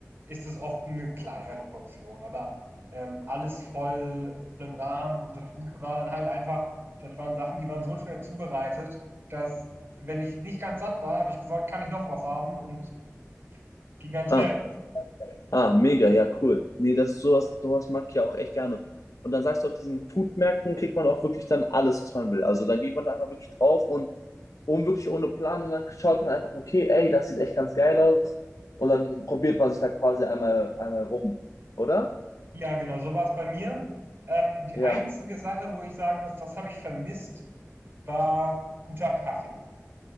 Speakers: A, on the right; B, on the left.
A: ist es oft eine kleinere Portion, aber, ähm, alles voll voll im Rahmen. Und das Gute war dann halt einfach, das waren Sachen, die waren so schnell zubereitet, dass, wenn ich nicht ganz satt war, habe ich gesagt: „Kann ich noch was haben?“ und ging ganz
B: Ah,
A: schnell.
B: ah, mega, ja, cool. Nee, das sowas, sowas mag ich ja auch echt gerne. Und dann sagst du, auf diesen Foodmärkten kriegt man auch wirklich dann alles, was man will. Also dann geht man da einfach wirklich drauf und, und wirklich ohne Plan und dann schaut man einfach, okay, ey, das sieht echt ganz geil aus. Und dann probiert man sich da quasi einmal, einmal rum, oder?
A: Ja, genau, so war es bei mir. Ähm, die
B: Ja.
A: einzige Sache, wo ich sagen muss, das habe ich vermisst, war guter Kaffee.